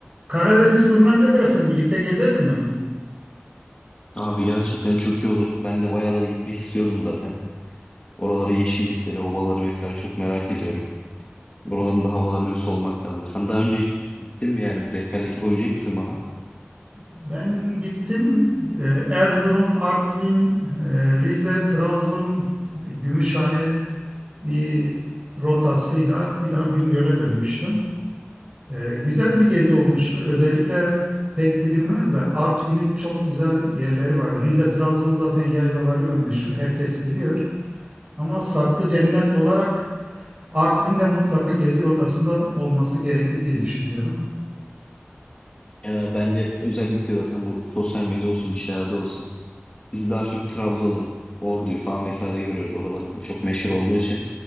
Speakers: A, on the right (about 30°); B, on the left (about 25°).
A: Karadeniz turuna ne dersin? Birlikte gezelim mi?
B: Abi gerçekten çok iyi olur. Ben de bayağıdır gitmek istiyordum zaten. Oraları, yeşillikleri, ovaları vesaire çok merak ediyorum. Oraların da havalarını bir solmak lazım. Sen daha önce hiç gittin mi yani? Bir rehberlik yapabilecek misin bana?
A: Ben gittim. Ee, Erzurum, Artvin, e, Rize, Trabzon, e, Gümüşhane bir rotasıyla bir daha Bingöl'e dönmüştüm. Ee, Güzel bir gezi olmuştu. Özellikle pek bilinmez de Artvin'in çok güzel yerleri var. Rize, Trabzon zaten yaylalarıyla meşhur. Herkes biliyor. Ama saklı cennet olarak Artvin'de mutlaka gezi rotasında olması gerekli diye düşünüyorum.
B: Yani bence özellikle zaten bu sosyal medya olsun bir şeylerde olsun. Biz daha çok Trabzon'u, Ordu'yu falan vesaire görüyoruz. Oralarda da çok meşhur olduğu için.